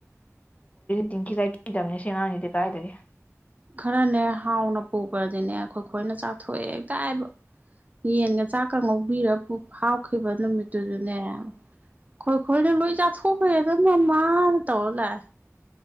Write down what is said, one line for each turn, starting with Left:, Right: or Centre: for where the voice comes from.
Left: ꯇꯦꯡꯀꯤ ꯂꯩꯈꯤꯗꯕꯅꯦ ꯁꯦꯉꯥꯡꯅꯤꯗꯤ ꯀꯥꯏꯗꯒꯤ
Right: ꯈꯔꯅꯦ ꯍꯥꯎꯅ ꯄꯨꯈ꯭ꯔꯗꯤꯅꯦ ꯑꯩꯈꯣꯏ ꯈꯣꯏꯅ ꯆꯥꯊꯣꯛꯑꯦ ꯇꯥꯏꯕ ꯌꯦꯟꯒ ꯆꯥꯛꯀ ꯉꯧꯕꯤꯔ ꯄꯨ ꯍꯥꯎꯈꯤꯕ ꯅꯨꯃꯤꯠꯇꯨꯗꯨꯅꯦ ꯑꯩꯣꯏꯈꯣꯏꯅ ꯂꯣꯏ ꯆꯥꯊꯣꯛꯈ꯭ꯔꯦ ꯑꯗꯨ ꯃꯃꯥꯅ ꯇꯧꯔ ꯂꯥꯛꯑꯦ